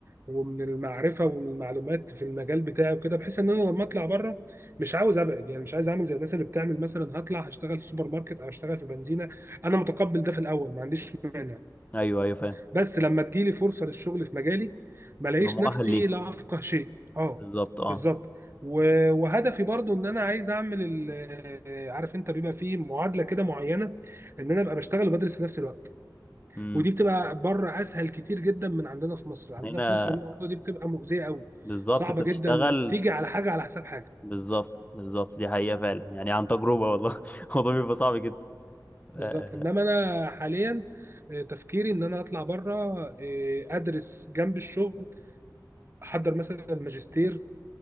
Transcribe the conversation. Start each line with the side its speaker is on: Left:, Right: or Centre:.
Right: ومن المعرفه ومن المعلومات في المجال بتاعي وكده بحيث ان انا لما اطلع بره مش عاوز ابعد يعني مش عايز اعمل زي الناس اللي بتعمل مثلا هطلع هشتغل في سوبر ماركت او هشتغل في بنزينه انا متقبل ده في الاول ما عنديش مانع
Left: ايوه ايوه فاهم
Right: بس لما تجيلي فرصه للشغل في مجالي ما الاقيش
Left: تبقى مؤهل
Right: نفسي
Left: ليه
Right: لا افقه شيء اه
Left: بالظبط اه
Right: بالظبط و- وهدفي برضو ان انا عايز اعمل ال- عارف انت بيبقى فيه معادله كده معينه ان انا ابقى بشتغل وبدرس في نفس الوقت
Left: امم
Right: ودي بتبقى بره اسهل كتير جدا من عندنا في مصر عندنا
Left: هنا
Right: في مصر النقطه دي بتبقى مؤذيه قوي
Left: بالظبط
Right: صعبه
Left: انت تشتغل
Right: جدا وبتيجي على حاجه على حساب حاجه
Left: بالظبط بالظبط دي حقيقة فعلا يعني عن تجربة والله <laughs> الموضوع بيبقى صعب جدا
Right: بالظبط
Left: آه
Right: انما انا حاليا آه، تفكيري ان انا اطلع بره آه، ادرس جنب الشغل احضر مثلا ماجستير